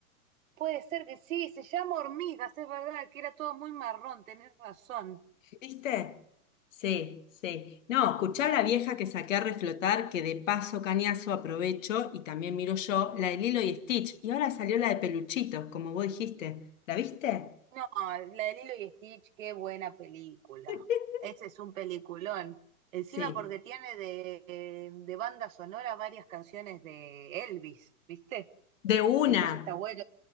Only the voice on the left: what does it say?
¿Viste? Sí, sí. No, escuchá la vieja que saqué a reflotar, que de paso cañazo aprovecho y también miro yo, la de Lilo y Stitch, y ahora salió la de Peluchitos, como vos dijiste. ¿La viste?
<laughs>
Sí,
de una.